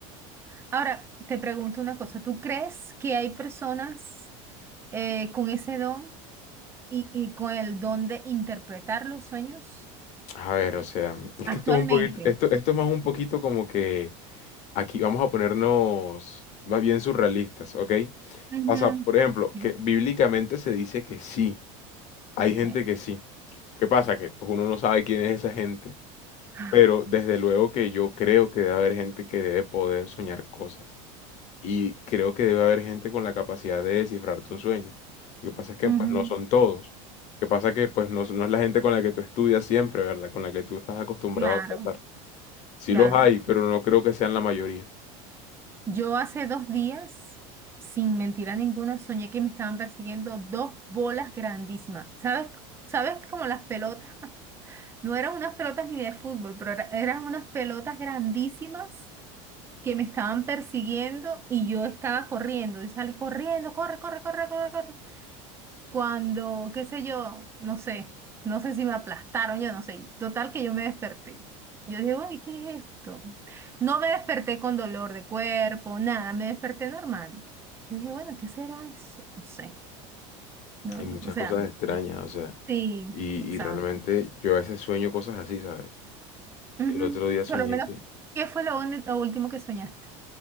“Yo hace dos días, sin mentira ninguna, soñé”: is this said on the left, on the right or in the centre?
Right